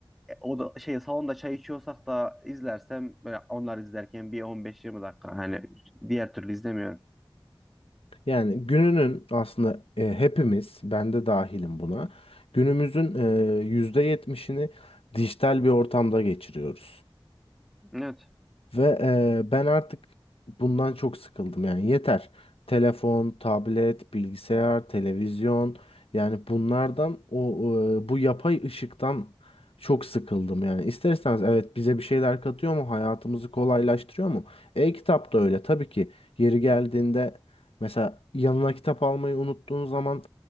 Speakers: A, in the centre; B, on the left (about 85°).
A: E, O da şey salonda çay içiyorsak da izlersem böyle onlar izlerken bir 15-20 dakika hani diğer türlü izlemiyorum.
B: Yani gününün aslında e, hepimiz, ben de dahilim buna, günümüzün e, yüzde yetmişini dijital bir ortamda geçiriyoruz.
A: Evet.
B: Ve e, ben artık bundan çok sıkıldım yani yeter. Telefon, tablet, bilgisayar, televizyon yani bunlardan o e, bu yapay ışıktan çok sıkıldım yani. İsterseniz evet bize bir şeyler katıyor mu? Hayatımızı kolaylaştırıyor mu? E-kitap da öyle tabii ki. Yeri geldiğinde mesela yanına kitap almayı unuttuğun zaman